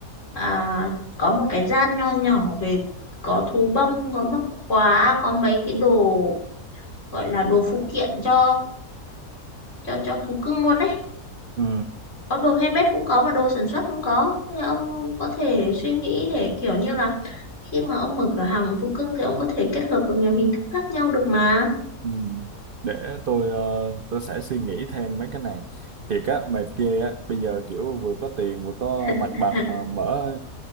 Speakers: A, on the left; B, on the right.
A: à, có một cái gian nho nhỏ về có thú bông, có móc khóa, có mấy cái đồ gọi là đồ phụ kiện cho cho cho thú cưng luôn đấy.
B: ừ.
A: Có đồ handmade cũng có mà đồ sản xuất cũng có. Nên ông có thể suy nghĩ để kiểu như là khi mà ông mở cửa hàng thú cưng thì ông có thể kết hợp được nhiều hình thức khác nhau được mà.
B: Ừ. Để tôi ờ, tôi sẽ suy nghĩ thêm mấy cái này thiệt á mệt ghê á bây giờ kiểu vừa có tiền vừa có mặt
A: <laughs>
B: bằng mà mở